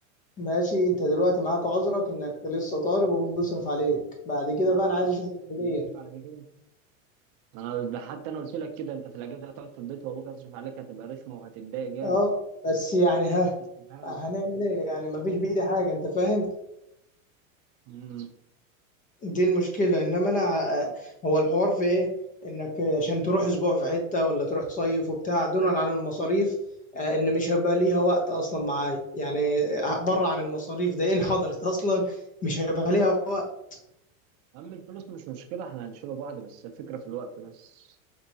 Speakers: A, on the left; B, on the right.
A: ماشي انت دلوقتي معاك عذرك انك لسه طالب وابوك بيصرف عليك بعد كده
B: اه
A: بقى انا عايز اشوف الكلية
B: إنما بعد كده انا ده حتى انا قلت لك كده انت في الاجازه هتقعد في البيت وابوك هيصرف عليك هتبقى رخمه وهتتضايق جامد
A: اه بس يعني ها
B: استفهام
A: هنعمل ايه يعني ما فيش بايدي حاجه انت فاهم
B: امم
A: دي المشكله انما انا ع-
B: آه.
A: هو الحوار في ايه انك عشان تروح اسبوع في حته ولا تروح تصيف وبتاع دونا عن المصاريف آه، ان مش هيبقى ليها وقت اصلا معايا يعني آه، بره عن المصاريف ده ان حضرت اصلا مش هيبقى ليها وقت
B: اما الفلوس مش مشكله احنا هنشيله بعض بس الفكره في الوقت بس